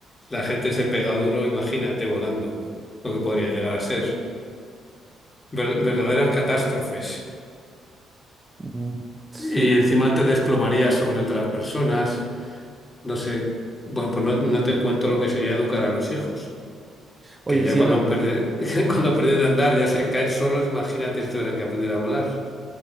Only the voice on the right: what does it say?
Mm, Sí.
Oye,
sí,
ahora,